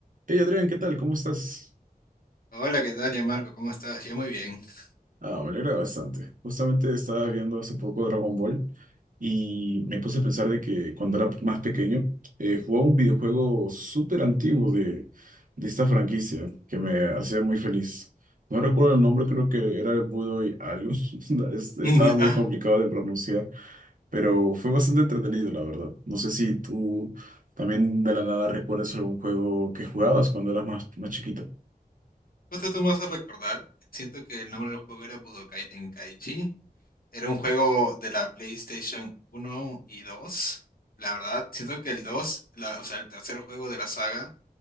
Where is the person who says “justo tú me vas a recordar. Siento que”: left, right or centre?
Left